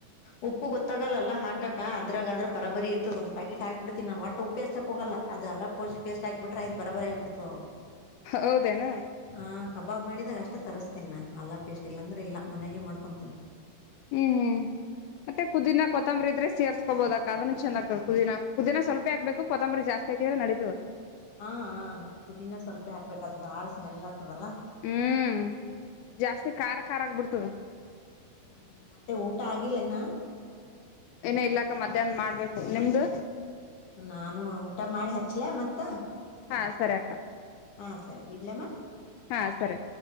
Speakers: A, on the left; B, on the left.
A: ಉಪ್ಪು ಗೊತ್ತಾಗಲ್ಲಲ್ಲಾ ಹಾಕ ಅದ್ರಾಗ್ರ ಬರ ಬರಿ ಇರ್ತದ ಒಂದ್ ಪ್ಯಾಕೆಟ್ ಹಾಕ್ ಬಿಡ್ತಿನಿ ನನ್ ಒಟ್ಟ ಉಪ ಹಾರ್ಸಕ ಹೋಗಲ್ಲ ಅಲ ಪೋ ಪೇಸ್ಟ್ ಹಾಬ ಬಿ್ರ ಆಯತ ಬರ ಬರಿ ಆಗ್ಬಿತು
B: ಹೌದೇನಾ
A: ಹ ಕಬಾಬ್ ಮಾಡಿದಾಗ ಅಷ್ಟ ತರಿಸ್ತೀನ ಆಲ ಪೇಸ್ಟ್ ಇಲ್ಲಾಂದ್ರೆ ಇಲ್ಲ ಮನೆಯಗೆ ಮಾಡ್ಕೊತೀನಿ
B: ಹ್ಮ್ ಹ್ಮ್ ಮತ್ತೆ ಕುದಿನ ಕೊತ್ತಂಬರಿ ಇದ್ರೆ ಸೇರ್ಸ್ಕೋಬಹದ ಅದಕ್ಕೆ ಚಂದ ಆಗ್ತದ ಪುದಿನ ಕ ಪುದಿನನಾ ಸ್ವಲ್ಪ ಆಗ್ಬೇಕು ಕೊೊಂಬರಿ ಜಾಸ್ತಿ ಆಾಿದ ನಡಿತತದೆ
A: ಹಾ ಹ ಪುದೀಿನ ಸ್ವಲ್ಪೇ ಹಾಕ್ಬೇಕು ಅದು ಬಾಳ್ ಸ್ಮೆಲ್. ಆತದಲ್ಲ
B: ಹ್ಮ್
A: ಹ್ಮ್
B: ಜಾಸ್ತಿ ಖಾರ ಖಾರ ಆಗ್ಬಿಡ್ತದ.
A: ಹ್ಮ್ ಮತ್ತೆ ಊಟ ಆಗಿಲ್ಲ ಇನ.
B: ಏನ ಇಲ್ಲಾಕ್ಕ ಮಧ್ಯಾಹ್ನ ಮಾಡ್ಬೇಕು ನಿಮ್ದು
A: ನಾನು ಊಟ ಮಾಡಿ ಹಚ್ಲ ಮತ್ತ
B: ಹಾ ಸರಿ ಅಕ್ಕ
A: ಹಾ ಸರಿ ಇಡ್ಲಮ್ಮ.
B: ಹಾ ಸರಿ